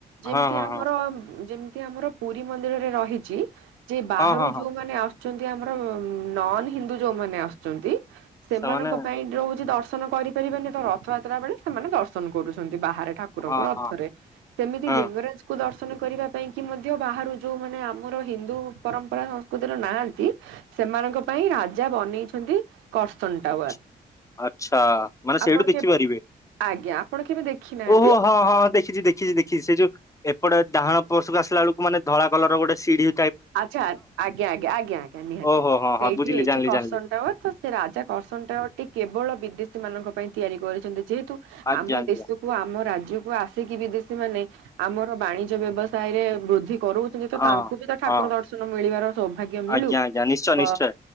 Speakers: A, on the right; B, on the left.
A: ଯେମତି
B: ହଁ ହଁ
A: ଆମର
B: ହଁ
A: ଯେମିତି ଆମର ପୁରୀ ମନ୍ଦିରରେ ରହିଛି। ଯେ ବାହାରୁ
B: ହଁ ହଁ ହଁ
A: ଯୋଉମାନେ ଆସୁଛନ୍ତି ଆମର ନନ୍ ହିନ୍ଦୁ ଯୋଉମାନେ ଆସୁଛନ୍ତି। ସେମାନଙ୍କ
B: ସେମାନେ
A: ପାଇଁ ରହୁଛି ଦର୍ଶନ କରିପାରିବେନି ତ ରଥଯାତ୍ରା ବେଳେ ସେମାନେ ଦର୍ଶନ କରୁଛନ୍ତି ବାହାରେ ଠାକୁର
B: ହଁ
A: କୁରଙ୍କୁ
B: ହଁ
A: ରଥରେ ସେମିତି
B: ହଁ
A: ଲିଙ୍ଗରାଜକୁୁ ଦର୍ଶନ କରିବା ପାଇଁ କି ମଧ୍ୟ ବାହାରୁ ଯୋଉ ମାନେ ଆମର ହିନ୍ଦୁ ପରମ୍ପରା ସ ତର ନାହାନ୍ତି ସେମାନଙ୍କ ପାଇଁ ରାଜା ବନେଇଛନ୍ତି। କରସନ ଟାୱାର
B: ଆଚ୍ଛା ଆଚ୍ଛା ମାନେ ସେଇଠୁ
A: ଆପଣ
B: ଦେଖିପାରିବେ
A: କେବେ ଆଜ୍ଞା ଆପଣ କେବେ ଦେଖିନାହାନ୍ତି।
B: ଓହୋ ହଁ ହଁ ଦେଖିଛି ଦେଖିଛି ଦେଖିଛି ସେ ଯୋଉ ଏପଟ ଡାହାଣ ପୋଷକ ଆସା ବେଳକୁ ମାନେ ଧଳା କଲର ଗୋଟେ ସିଡ଼ି
A: ଆଚ୍ଛା ଆଜ୍ଞା ଆଜ୍ଞା ଆଜ୍ଞା ଆଜ୍ଞା ନିହାତି
B: ଓହୋ ହଁ
A: ସେଇଠି
B: ହଁ ବୁଝିଲି
A: ହେଇଛି
B: ଜାଣିଲି
A: କର୍ସନଟାୱ
B: ଜାଣିଲି
A: ତ ସେ ରାଜା କର୍ସନଟଟି କେବଳ ବିଦେଶୀ ମାନଙ୍କ ପାଇଁ ତିଆରି କରିଛନ୍ତି ଯେହେତୁ
B: ଆଜ୍ଞା
A: ଆମ
B: ଆଜ୍ଞା
A: ଦେଶକୁ ଆମ ରାଜ୍ୟକୁ ଆସିକି ବିଦେଶୀ ମାନେ ଆମର ବାଣିଜ୍ୟ ବ୍ୟବସାୟ ରେ ବୃଦ୍ଧି କରୁ ତାଙ୍କୁ
B: ହଁ
A: ବି ତ ଠାକୁର
B: ହଁ
A: ଦର୍ଶନ ମିଳିବାର ସୌଭାଗ୍ୟ ମିଳୁ
B: ଆଜ୍ଞା ଆଜ୍ଞା ନିଶ୍ଚୟ
A: ତ
B: ନିଶ୍ଚୟ